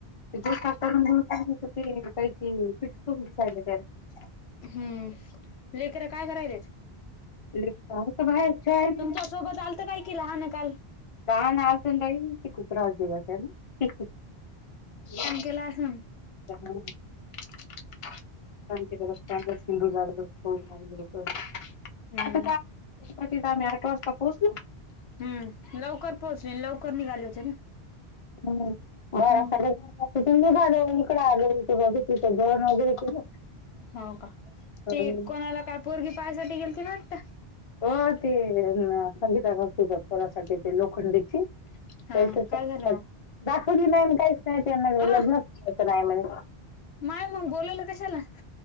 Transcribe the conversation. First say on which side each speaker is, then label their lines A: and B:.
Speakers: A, on the left; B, on the left.
A: ते डोसा करून <unintelligible> ते काय की चिटकून बसायल जरा
B: हम्म लेकर काय करायलेत?
A: लेकरं आहेत बाहेर खेळालेत.
B: तुमच्या सोबत आलत काय की लहान काल?
A: लहान आलत न बाई किती त्रास दिवस आहे नी <unintelligible>
B: गेला आसन
A: <unintelligible> पाण्याची व्यवस्था <unintelligible>
B: हम्म
A: तीत चा कदाचित आम्ही आठ वाजता पोहोचलो.
B: हम् लवकर पोहोचले लवकर निघाले होते ना?
A: हम्म बारा
B: हम्म
A: साडेबारा <unintelligible> कमी झालं इकड आलो त बघू तिथं जेवण वगैरे केलं
B: हाव का ते
A: अं,
B: कोणाला काय पोरगी पाहायसाठी गेलती ना आता?
A: हो ते संगीता काकूच्या पोरासाठी ते लोखंडेची.
B: हा
A: <unintelligible>
B: काय झालं मग
A: दाखवली नाही आणि काहीच नाही त्यांना लग्नच
B: अ
A: <unintelligible> नाही म्हणे.
B: माय म बोलवलं कशाला?